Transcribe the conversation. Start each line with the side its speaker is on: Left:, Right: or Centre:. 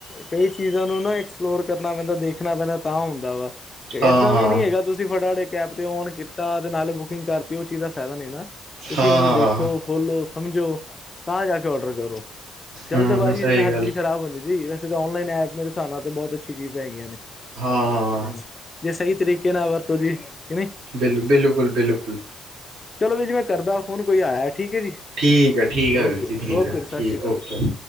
Left: ਕਈ ਚੀਜ਼ਾ ਨੂੰ ਨਾ ਐਕਸਪਲੋਰ ਕਰਨਾ ਪੈਂਦਾ, ਦੇਖਨਾ ਪੈਂਦਾ ਤਾਂ ਹੁੰਦਾ ਵਾ, ਤੇ
Right: ਹਾਂ
Left: ਐਦਾਂ
Right: ਹਾਂ
Left: ਵੀ ਨੀ ਹੈਗਾ ਤੁਸੀ ਫਟਾਫਟ ਏਕ ਐਪ ਤੇ ਔਨ ਕੀਤਾ, ਤੇ ਨਾਲੇ ਬੁਕਿੰਗ ਕਰ ਦਿਤੀ, ਓ ਚੀਜ਼ ਦਾ ਫਾਇਦਾ ਨੀ ਨਾ, ਤੁਸੀ
Right: ਹਾਂ
Left: ਓਹਨੂੰ ਦੇਖ
Right: ਹਾਂ
Left: ਖੋਲੋ, ਸਮਝੋ, ਤਾਂ ਜਾ ਕੇ ਆਰਡਰ ਕਰੋ। ਜਲਦਬਾਜ਼ੀ
Right: ਹੂੰ ਸਹੀ
Left: ਚ ਤੇ ਹਰ
Right: ਗੱਲ
Left: ਚੀਜ਼ ਖ਼ਰਾਬ ਹੁੰਦੀ ਜੀ, ਵੈਸੇ ਤਾ ਔਨਲਾਈਨ ਐਪ ਮੇਰੇ ਹਿਸਾਬ ਨਾਲ ਤੇ ਬਹੁਤ ਅੱਛੀ ਚੀਜ਼ਾਂ ਹੈਗੀਆਂ ਨੇ।
Right: ਹਾਂ ਹਾਂ
Left: ਜੇ ਸਹੀ ਤਰੀਕੇ ਨਾਲ ਵਰਤੋ ਜੀ, ਕਿ ਨਈ
Right: ਬਿਲਕੁਲ, ਬਿਲਕੁਲ, ਬਿਲਕੁਲ।
Left: ਚਲੋ ਵੀਰ ਜੀ ਮੈਂ ਕਰਦਾ ਫੋਨ, ਕੋਈ ਆਇਆ ਏ ਠੀਕ ਐ ਜੀ,
Right: ਠੀਕ ਹੈ ਠੀਕ ਹੈ
Left: ਓਕੇ,
Right: ਵੀਰ ਜੀ ਠੀਕ
Left: ਓਕੇ,
Right: ਹੈ
Left: ਸਤਿ
Right: ਠੀਕ
Left: ਸ੍ਰੀ ਅਕਾਲ।
Right: ਓਕੇ